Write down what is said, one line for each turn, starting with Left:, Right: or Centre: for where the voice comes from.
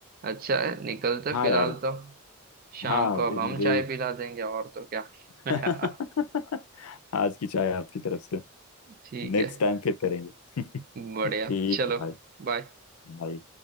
Right: अच्छा है निकलते
Left: हाँ
Right: फिलहाल
Left: यार
Right: तो शाम
Left: हाँ
Right: को अब
Left: ये
Right: हम
Left: मुझे
Right: चाय पिला देंगे और तो क्या <laughs>
Left: <laughs> आज की चाय आपकी तरफ से
Right: ठीक
Left: नेक्स्ट
Right: है
Left: टाइम फिर करेंगे <laughs>
Right: बढ़िया
Left: ठीक
Right: चलो
Left: है भाई
Right: बाय
Left: भाई